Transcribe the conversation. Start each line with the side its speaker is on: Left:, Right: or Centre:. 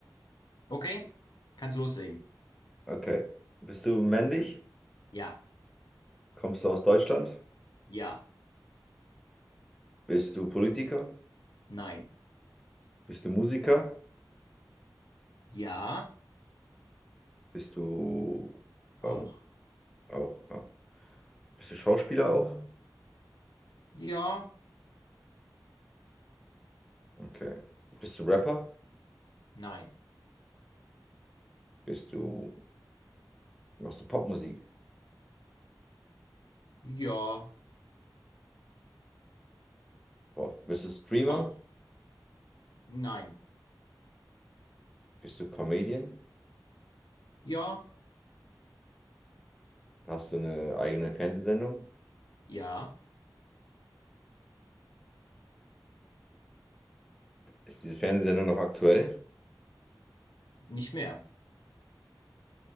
Left: okay, kannst loslegen.
Centre: Okay. Bist du männlich?
Left: Ja,
Centre: Kommst du aus Deutschland?
Left: ja,
Centre: Bist du Politiker?
Left: nein.
Centre: Bist du Musiker?
Left: Ja,
Centre: Bist du
Left: auch.
Centre: ähm, auch? Ja. Bist du Schauspieler auch?
Left: Ja,
Centre: Okay. Bist du Rapper?
Left: nein.
Centre: Bist du, machst du Popmusik?
Left: Ja,
Centre: Boah. Bist du Streamer?
Left: auch. Nein.
Centre: Bist du Comedian?
Left: Ja,
Centre: Hast du eine eigene Fernsehsendung?
Left: ja,
Centre: Ist diese Fernsehsendung noch aktuell?
Left: nicht mehr.